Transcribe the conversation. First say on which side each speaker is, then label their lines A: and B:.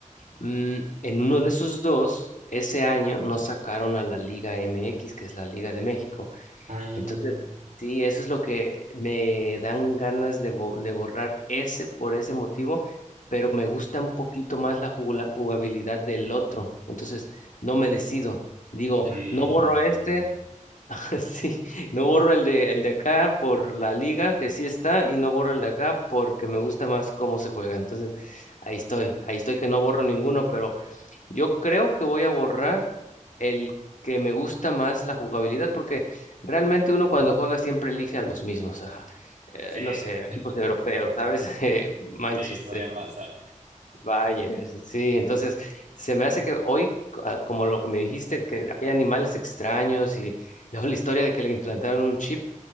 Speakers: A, on the left; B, on the right.
A: Mm, en uno de esos dos, ese año nos sacaron a la Liga MX, que es la Liga de México.
B: Ah,
A: Entonces, sí, eso es lo que me dan ganas de, bo- de borrar ese por ese motivo, pero me gusta un poquito más la jugla- jugabilidad del otro. Entonces, no me decido. Digo,
B: mm,
A: no borro este <laughs> Sí, no borro el de, el de acá por la liga, que sí está, y no borro el de acá porque me gusta más cómo se juega. Entonces, ahí estoy, ahí estoy que no borro ninguno, pero yo creo que voy a borrar el que me gusta más la jugabilidad, porque realmente uno cuando juega siempre elige a los mismos, a, eh,
B: sí,
A: no sé, equipos europeos, ¿sabes? <laughs> Eh, Manchester,
B: sí, suele pasar.
A: Vaya, sí, entonces se me hace que hoy, a- como lo que me dijiste, que hay animales extraños y luego la historia de que le implantaron un chip,